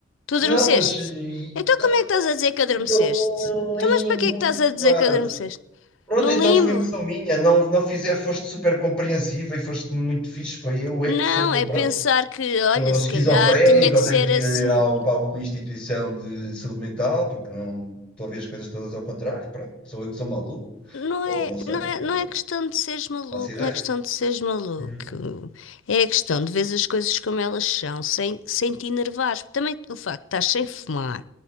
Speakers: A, on the left; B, in the centre.
A: Tu adormeceste.
B: Não, mas e,
A: Então
B: estava
A: como é que estás a dizer que adormeceste?
B: naquele limbo
A: Então mas para que é que estás
B: de
A: a
B: quase.
A: dizer que adormeceste?
B: Pronto,
A: No
B: então
A: limbo?
B: foi impressão minha. Não, não fizer, foste super compreensiva e foste muito fixe. Foi eu é
A: Não,
B: que sou,
A: é
B: pronto,
A: pensar que, olha,
B: sou
A: se
B: esquizofrénico,
A: calhar tinha que
B: ou
A: ser
B: tenho que ir
A: assim.
B: ao, para alguma instituição de saúde mental, porque não estou a ver as coisas todas ao contrário. Pronto, sou eu que sou maluco,
A: Não
B: ou
A: é,
B: não sei,
A: não é,
B: eu
A: não é questão de seres maluco,
B: faço ideia.
A: não é questão de seres maluco.
B: Hum.
A: É a questão de ver as coisas como elas são, sem, sem te enervares. Porque Também o facto de estás sem fumar,